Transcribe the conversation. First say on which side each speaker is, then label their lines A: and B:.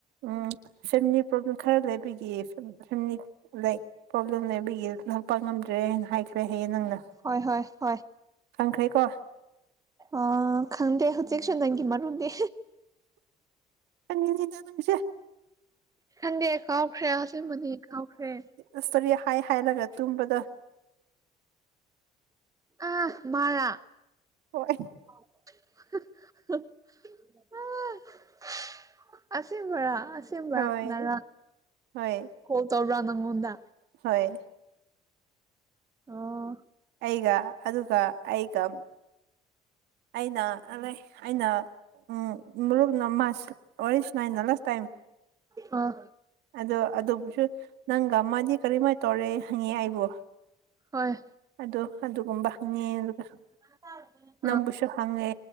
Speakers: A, on the right; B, on the right.
A: ꯎꯝ ꯐꯦꯃꯤꯂꯤ ꯄ꯭ꯔꯣꯕ꯭ꯂꯦꯝ ꯈꯔ ꯂꯩꯕꯒꯤ ꯎꯝ ꯐꯦꯃꯤꯂꯤ ꯄ꯭ꯔꯣꯕ꯭ꯂꯦꯝ ꯂꯩꯕꯒꯤ ꯂꯥꯛꯄ ꯉꯝꯗ꯭ꯔꯦ ꯍꯥꯏꯅ ꯍꯥꯏꯈ꯭ꯔꯦ ꯍꯥꯏꯌꯦ ꯅꯪꯅ
B: ꯍꯣꯏ ꯍꯣꯏ ꯍꯣꯏ
A: ꯈꯪꯈ꯭ꯔꯦꯀꯣ
B: ꯑ ꯈꯪꯗꯦ ꯍꯧꯖꯤꯛꯁꯨ ꯅꯪꯒꯤ ꯃꯔꯨꯗꯦ
A: ꯈꯪꯉꯤꯅꯤꯗ ꯅꯪꯁꯦ
B: ꯈꯟꯗꯦ ꯀꯥꯎꯈ꯭ꯔꯦ ꯑꯁꯤꯃꯅꯤ ꯀꯥꯎꯈ꯭ꯔꯦ
A: ꯏꯁꯇꯔꯤ ꯍꯥꯏ ꯍꯥꯏꯔꯒ ꯇꯨꯝꯕꯗ
B: ꯑ ꯃꯥꯔ
A: ꯍꯣꯏ
B: <unintelligible> ꯑꯁꯦꯡꯕꯔ ꯑꯁꯦꯡꯕꯔ
A: ꯍꯣꯏ
B: ꯅꯔꯥ
A: ꯍꯣꯏ
B: ꯀꯣꯜ ꯇꯧꯕ꯭ꯔꯥ ꯅꯪꯉꯣꯟꯗ
A: ꯍꯣꯏ
B: ꯑꯣ
A: ꯑꯩꯒ ꯑꯗꯨꯒ ꯑꯩꯒ ꯑꯩꯅ ꯑꯂꯦ ꯑꯩꯅ ꯎꯝ ꯃꯔꯨꯞꯅ ꯃꯥꯁ ꯋꯥꯔꯤ ꯁꯥꯅꯩꯅ ꯑꯜꯋꯦꯁ ꯇꯥꯏꯝ
B: ꯑꯥ
A: ꯑꯗꯣ ꯑꯗꯨꯕꯨꯁꯨ ꯅꯪꯒ ꯃꯥꯗꯤ ꯀꯔꯤꯝꯃꯥꯏ ꯇꯧꯔꯦ ꯍꯪꯉꯦ ꯑꯩꯕꯨ
B: ꯍꯣꯏ
A: ꯑꯗꯣ ꯑꯗꯨꯒꯨꯝꯕ ꯍꯪꯉꯦ ꯑꯗꯨꯒ
B: <unintelligible>
A: ꯅꯡꯕꯨꯁꯨ ꯍꯪꯉꯦ